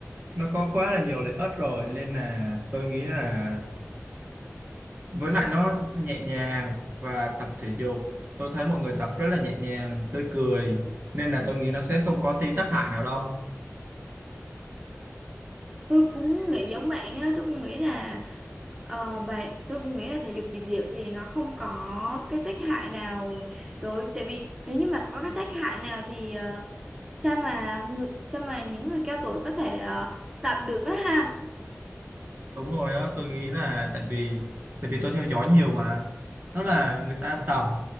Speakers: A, on the right; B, on the right.
A: nó có quá là nhiều lợi ích rồi nên là tôi nghĩ là với lại nó nhẹ nhàng và tập thể dục. Tôi thấy mọi người tập rất là nhẹ nhàng, tươi cười nên là tôi nghĩ nó sẽ không có tí tác hại nào đâu.
B: tôi cũng nghĩ giống bạn á tôi cũng nghĩ là ờ, bạn tôi cũng nghĩ là thể dục nhịp điệu thì nó không có cái tác hại nào đối tại vì nếu như mà có cái tác hại nào thì ờ, sao mà người, sao mà những người cao tuổi có thể ờ, tập được á ha
A: Đúng rồi đó, tôi nghĩ là tại vì tại vì tôi theo dõi nhiều mà nó là người ta tập